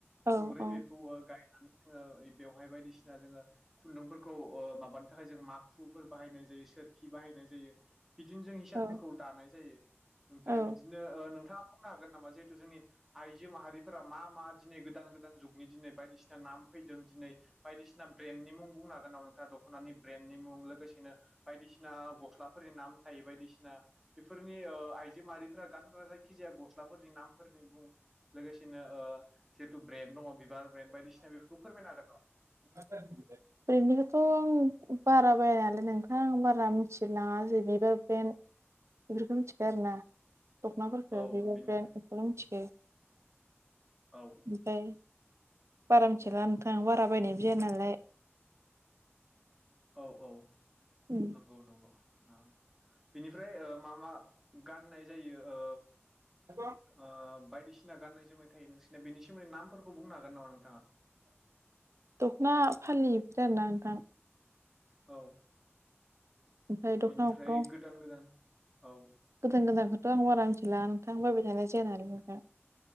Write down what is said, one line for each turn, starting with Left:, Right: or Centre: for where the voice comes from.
Right: औ
Centre: थोंब्रै
Right: औ
Centre: बेखौ गायनानै जोङो बेवहाय बायदिसिना जोङो खुन्दुंफोरखौ ओ माबानो थाखाय जों माखुफोर बाहायनाय जायो सोरखि बाहायनाय जायो। बिदिनो जों हिसानफोरखौ
Right: औ
Centre: दानाय जायो ओमफ्राय
Right: औ
Centre: बिदिनो ओ नोंथाङा बुंनो हागोन नामा जिहेथु जोंनि आइजो माहारिफोरा मा मा दिनै गोदान गोदान जुगनि दिनै बायदिसिना नाम फैदों दिनै बायदिसिना ब्रेन्डनि मुं बुंनो हागोन नामा नोंथांआ दख'नानि ब्रेन्डनि मुं लोगोसेनो बायदिसिना गस्ला स्लाफोरनि नाम थायो बायदिसिना बेफोरनि ओ आइजो माहारिफोरा गानग्रा जायखिजाया गस्लाफोरनि नामफोरनि बुं लोगोसेनो ओ जिथु ब्रेन्ड दङ बिबार ब्रेन्ड बायदिसिना बेफोरखौ फोरमायनो हागोन नामा?
Right: <inaudible> ब्रेनडनिखौथ' आं बारा बायानालाय नोंथां आं बारा मिथिलायलाङा जे बिबार ब्रेन्ड बेफोरखौ मिथिखाया आरोना। दखनाफोरखौ
Centre: हागोन नामा? औ
Right: बिबार
Centre: बेनिफ्राय
Right: ब्रेन्ड बेखौल मिथिगौ।
Centre: औ
Right: ओमफ्राय बारा मिथिला नोंथां बारा बायनायबो जाया नालाय।
Centre: औ औ।
Right: उम।
Centre: नंगौ नंगौ ओ बेनिफ्राय ओ मा मा गाननाय जायो ओ
Right: <inaudible>
Centre: ओ बायदिसिना गाननाय जोमनाय थायो नोंसिना बेनि सोमोन्दै नामफोरखौ बुंनो हागोन नामा नोंथाङा?
Right: दख'ना फालि बिदि आरोना नोंथां।
Centre: औ।
Right: ओमफ्राय दख'ना
Centre: बेनिफ्राय
Right: अग्रं
Centre: गोदान गोदान औ
Right: गोदान गोदानखौथ' आं बारा मिथिला नोंथां बायबाय थानाय जाया नालाय नोंथां